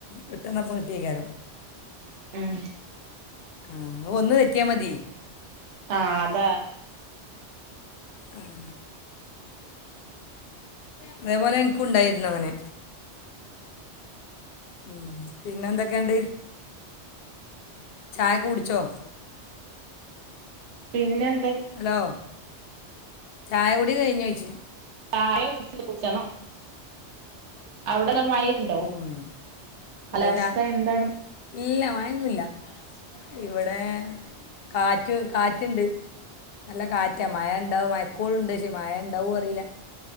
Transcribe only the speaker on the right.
ഉം
ആഹ അത
പിന്നെ എന്താ
ചായ കുടിച്ചില്ല, കുടിക്കണം അവിടെ നല്ല മഴ ഉണ്ടോ
കാലാവസ്ഥ
എന്താണ്?